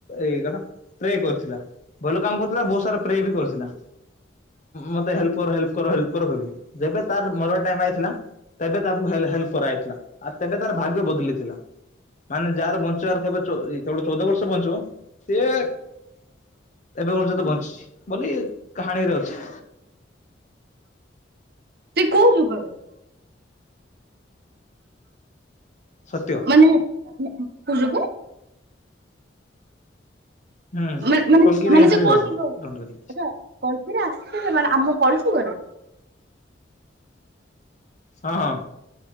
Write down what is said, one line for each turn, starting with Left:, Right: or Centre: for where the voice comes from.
Left: ଇ କଣ। ପ୍ରେ କରିଥିଲା ଭଲ କାମ କରୁଥିଲା ବହୁତ ସାରା ପ୍ରେ ବି କରିଥିଲା। ମତେ ହେଲ୍ପ କର ହେଲ୍ପ କର ହେଲ୍ପ କର <unintelligible> ଯେବେ ତାର ମରିବା ଟାଇମ ଆଇଥିଲା। ତେବେ ତାକୁ ହେଲ ହେଲ୍ପ କରାହେଇଥିଲା ଆ ତେବେ ତାର ଭାଗ୍ୟ ବଦଲିଥିଲା। ମାନେ ଯାହାର ବଞ୍ଚିବାର ଥିବ ଚୋ ଇ କେବଳ ଚଉଦ ବର୍ଷ ବଞ୍ଚିବ ସିଏ। ଏବେ ପର୍ଯ୍ୟନ୍ତ ବଞ୍ଚିଛି ବୋଲି କାହାଣୀରେ ଅଛି।
Right: ଏ କୋଉ ଯୁଗର?
Left: ସତ୍ୟ।
Right: ମାନେ। କଉ ଯୁଗ?
Left: ହୁଁ
Right: ମା-ମାନେ
Left: କଲକିରେ
Right: ମାନେ
Left: ଏଣ୍ଟ୍ରି
Right: ସେ କଉ
Left: ହବ
Right: ଯୁଗ
Left: ଦଣ୍ଡରି
Right: ର? କଳକି ରେ ଆସିଥିଲେ ମାନେ ଆମ କଳିଯୁଗ ରେ।
Left: ହଁ ହଁ।